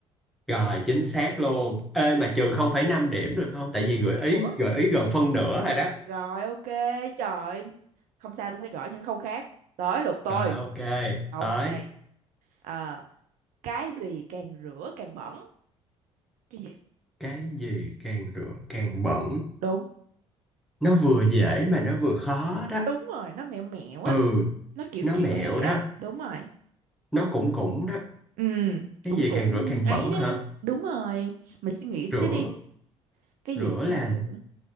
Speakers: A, in the centre; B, on the right (about 50°).
A: rồi chính xác luôn ê mà trừ không phẩy năm điểm được không tại vì gợi
B: Ủa?
A: ý gợi ý gần phân nửa rồi đó
B: rồi ok trời ơi. không sao tôi sẽ gõ những khâu khác tới lượt tôi
A: rồi ok
B: ok
A: tới
B: Ờ, cái gì càng rửa càng bẩn cái gì
A: cái gì càng rửa càng bẩn
B: đúng
A: nó vừa dễ mà nó vừa khó đó
B: đúng rồi nó mẹo mẹo
A: ừ
B: á nó kiểu
A: nó
B: kiểu
A: mẹo
B: gì á
A: đó
B: đúng rồi
A: nó cũng cũng đó
B: Ừ,
A: cái
B: cũng
A: gì
B: cũng
A: càng rửa càng
B: ấy
A: bẩn
B: đó.
A: hả
B: Đúng rồi. Mình suy nghĩ xíu
A: rửa
B: đi. Cái
A: rửa
B: gì, cái
A: là
B: gì nữa?